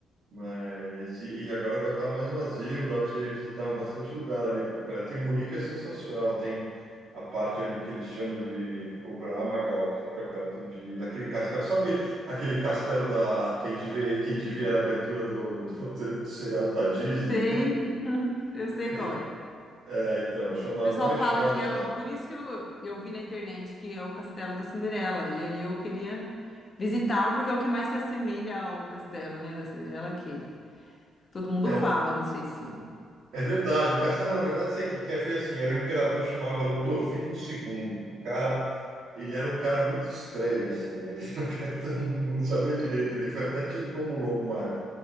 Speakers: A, on the right; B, on the left.
A: Mas e, e agora vai estar mais vazio, dá para você ir visitar bastante lugar ali por perto. E Munique é sensacional, tem a parte ali que eles chamam de Oberammergau, que fica perto de daquele castelo. Sabe aquele castelo da que a gente vê, que a gente via na abertura do, do, do seriado da Disney
B: Sei,
A: aqui?
B: <laughs> eu sei
A: <laughs>
B: qual é.
A: É, então, chama
B: O pessoal
A: Neuschwanstein.
B: fala que é o. Por isso que eu, eu vi na internet que é o Castelo da Cinderela. E aí eu queria visitá-lo, porque é o que mais se assemelha ao castelo, né, da Cinderela, é aquele. Todo mundo
A: Então,
B: fala, não sei se.
A: É verdade. O castelo, na verdade, sei que que é? foi assim. Era o imperador que chamava Ludovico II. O cara, ele era um cara muito estranho, assim. Ele <laughs> era um cara que não, não sabia direito. Ele foi até tido como louco uma época,